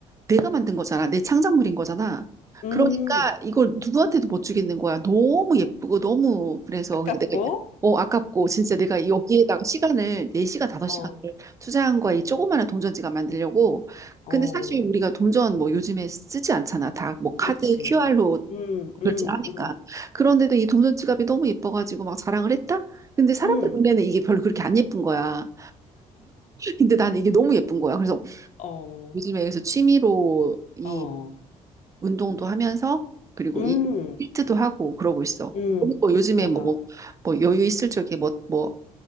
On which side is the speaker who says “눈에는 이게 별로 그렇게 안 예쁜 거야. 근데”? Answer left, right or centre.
Right